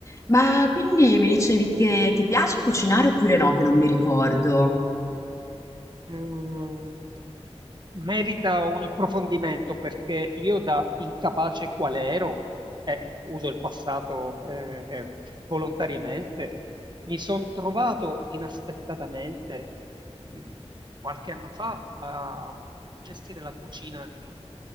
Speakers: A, on the left (about 30°); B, on the right (about 40°).
A: Ma quindi mi dicevi che ti piace cucinare oppure no, che non mi ricordo.
B: Mm, merita un approfondimento perché io da incapace qual ero, e uso il passato eh, volontariamente, mi sono trovato inaspettatamente mh, qualche anno fa a gestire la cucina di un locale,